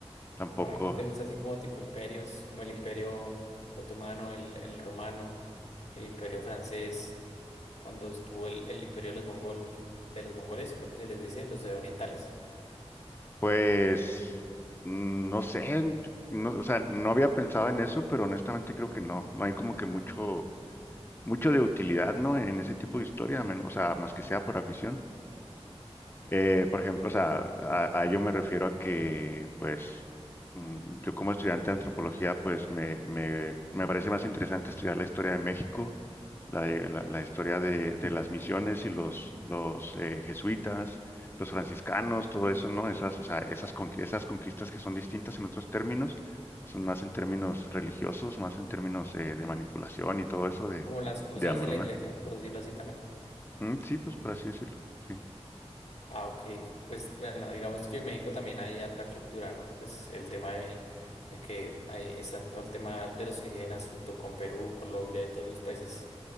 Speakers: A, on the left; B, on the left.
A: tampoco.
B: ¿No, no te gusta así como tipo imperios, como el imperio otomano, el, el romano, el imperio francés, cuando estuvo el, el imperio de los mongol, de los mongoles, creo que se les dice, los orientales,
A: Pues mm, no sé, no, o sea, no había pensado en eso, pero honestamente creo que no, no hay como que mucho, mucho de utilidad, ¿no? En ese tipo de historia, a men- o sea, más que sea por afición. Eh, por ejemplo, o sea, a, a ello me refiero a que, pues, mm, yo como estudiante de antropología, pues, me, me, me parece más interesante estudiar la historia de México, la, de- la, la historia de, de las misiones y los, los eh, jesuitas, los franciscanos, todo eso, ¿no? Esas, o sea, esas, con- esas conquistas que son distintas en otros términos, son más en términos religiosos, más en términos eh, de manipulación y todo eso de,
B: como las cruzadas
A: de hambruna.
B: de la iglesia, por decirlo así también.
A: Mm, sí, pues, por así decirlo, sí.
B: Ah, ok, pues bueno, digamos que en México también hay harta cultura, ¿no? Pues el tema de, de que ahí están todo el tema de los indígenas junto con Perú, Colombia y todos los países